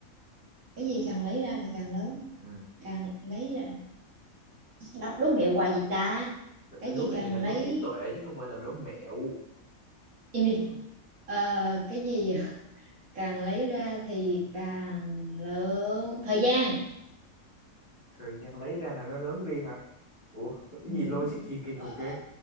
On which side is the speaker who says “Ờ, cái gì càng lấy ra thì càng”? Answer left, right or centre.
Right